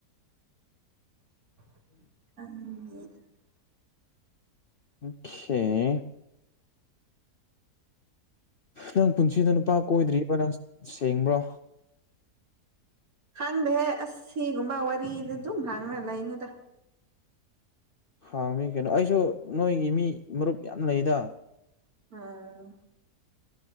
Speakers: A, on the right; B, on the left.
A: ꯑꯗ
B: <unintelligible> ꯅꯪ ꯄꯨꯟꯁꯤꯗ ꯅꯨꯄꯥ ꯀꯣꯏꯗ꯭ꯔꯤꯕꯣ ꯅꯪ ꯁꯦꯡꯕ꯭ꯔꯣ
A: ꯍꯥꯡꯗꯦꯍꯦ ꯑꯁꯤꯁ ꯁꯤꯒꯨꯝꯕ ꯋꯥꯔꯤꯗ ꯑꯗꯨꯝ ꯍꯥꯡꯅ ꯂꯩꯩꯅꯨꯗ
B: ꯍꯥꯡ ꯃꯤ ꯀꯩꯅꯣ ꯑꯩꯁꯨ ꯅꯣꯏꯒꯤ ꯃꯤ ꯃꯔꯨꯞ ꯌꯥꯝ ꯂꯩꯗ
A: ꯑꯥ